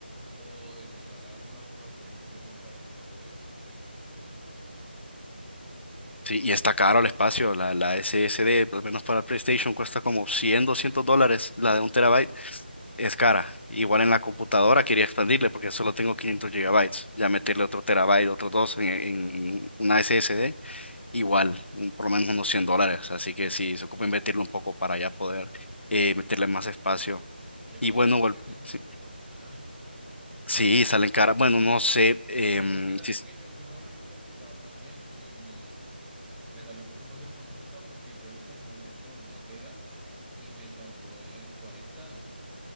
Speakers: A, in the centre; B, on the left (about 85°).
A: o desinstalar las cosas que no sirvan para uno poder seguir jugando más cosas.
B: Sí, y está caro el espacio, la, la SSD, al menos para PlayStation, cuesta como cien doscientos dólares, la de un terabyte es cara. Igual en la computadora quería expandirle porque solo tengo 500 gigabytes, ya meterle otro terabyte, otros dos en, en una SSD, igual, un- por lo menos unos 100 dólares, así que sí, se ocupa invertirlo un poco para ya poder eh, meterle más espacio.
A: Oye, pero
B: Y bueno,
A: ¿sabes
B: vol-
A: qué? Te están
B: sí,
A: saliendo caras.
B: sí, salen caras, bueno,
A: No,
B: no sé em,
A: porque es que ¿sabes
B: si...
A: que Yo, yo me abrí mi computador también y me salió un poco más económica porque yo le compré un disco de una tera y me salió en cuarenta